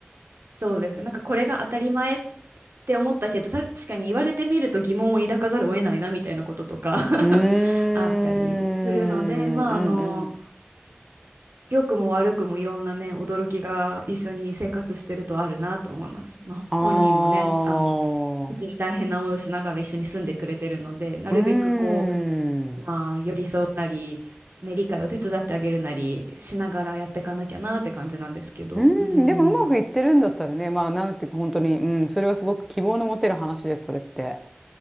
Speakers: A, on the right; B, in the centre.
A: そうですね。なんかこれが当たり前って思ったけど、確かに言われてみると疑問を抱かざるを得ないなみたいなこととか
B: うー
A: <laughs> あったりするので、
B: ん、うん
A: まああの、良くも悪くもいろんなね、驚きが一緒に生活してるとあるなと思います。まあ、
B: うん。
A: 本人もね、
B: あ
A: あの、
B: あ。
A: 時に大変な思いをしながら一緒に住んでくれてるので、なるべくこ
B: うーん。
A: う、
B: う
A: まあ、寄り添うなり、ね、理解を手伝ってあげるなりしながらやっていかなきゃなって感じなんですけど、
B: ーん。
A: うん。
B: でもうまくいってるんだったらね、まあなんていうか本当に、うん、それはすごく希望の持てる話です、それって。